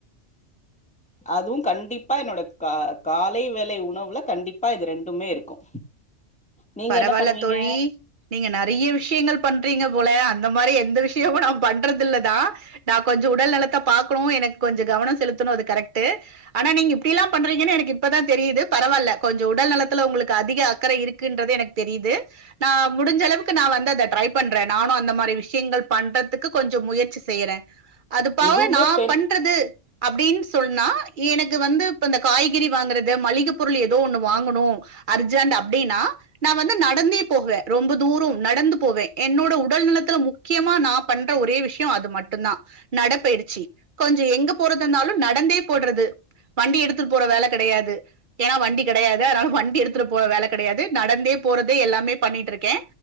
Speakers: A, in the centre; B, on the right.
A: அதுவும் கண்டிப்பா என்னோட க காலை வேலை உணவுல கண்டிப்பா இது ரெண்டுமே இருக்கு நீங்க
B: பரவால்ல
A: என்ன பண்ணுவீங்க
B: தோழி நீங்க நெறைய விஷயங்கள் பண்றீங்க போல அந் த மாரி எந்த விஷயமு நா பண்றதில்ல தா நா கொஞ்சோ உடல் நலத்த பாக்கனு எனக்கு கொஞ்சோ‌ கவனோ செலுத் கனோ அது கரெக்ட்டு ஆனா நீங்க இப்டில்லா பண்றீங்கன்ன எனக்கு இப்பதா தெரியிது பரவால்ல கொஞ்சோ உடல்நலத்துல உங்களுக்கு அத் அதிக அக்கற இருக் குன்றது எனக்கு தெரியிது நா முடிஞ்ச அளவுக்கு நா வந்து அத ட்ரை பண்ற நானு அந்த மாரி விஷயங்கள் பண்ற றத்துக்கு கொஞ்சோ முயற்சி செய்ற அது பாவ
A: எதுவுமே
B: நா
A: பெண்
B: பண்றது அப்டின் சொன்னா எனக்கு வந்து இப்ப இந்த காய்கறி வாங்கறத மளிக பொருள் ஏதோ ஒண்ணு வாங்கணு அர்ஜென்ட் அப்டின்னா நான் வந்து நடந்தே போவ ரொம்ப தூரோ நடந்து போவே என்னோட உடல் நலத்துல முக்கியமா நா பண் என்ட ஒரே விஷயம் அது மட்டுந்தா நடப்பயிற்சி கொஞ்ச எங்க போறது இருந்தாலு நடந்தே போடுறது வண்டி எடுத்துட்டு போற வேல கெடயாது ஏனா வண்டி கெடயாது அதனால வண்டி எடுத்துட்டு போற வேல கிடையாது நடந்தே போறது எல்லாமே பண்ணிட்ருக்கே